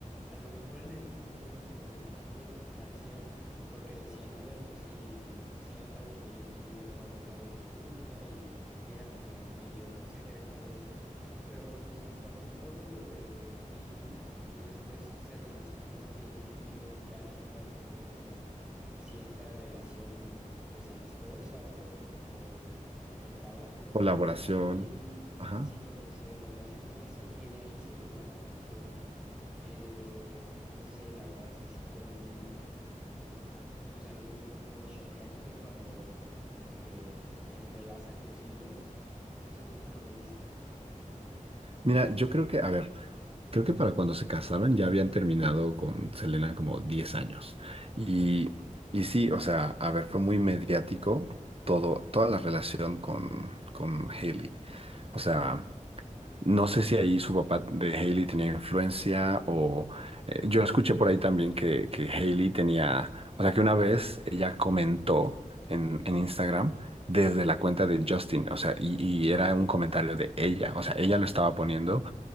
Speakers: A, in the centre; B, on the right.
A: a lo mejor en el momento no se le dio tanta importancia porque decían, a ver, pues si se habla de que Justin Bieber fue abusado en la industria y, y era como medio un secreto a voces, pero cuando se destapó todo lo de Didi y después se relacionó que Justin Bieber ya había tenido como cierta relación pues amistosa o, o de trabajo
B: colaboración,
A: con, con Didi
B: ajá.
A: Sí, cuando se relacionó eso y de ahí se llevó a la canción, eh, pues no sé, la verdad es que sí fue un, pues algo un poco choqueante cuando como que entrelazas los hilos, no sé tú cómo lo viste.
B: Mira, yo creo que, a ver. Creo que para cuando se casaron ya habían terminado con Selena como 10 años. Y, y sí, o sea, a ver, fue muy mediático todo, toda la relación con, con Hailey. O sea, no sé si ahí su papá de Hailey tenía influencia o eh, yo escuché por ahí también que, que Hailey tenía, o sea, que una vez ella comentó en, en Instagram desde la cuenta de Justin, o sea, y, y era un comentario de ella, o sea, ella lo estaba poniendo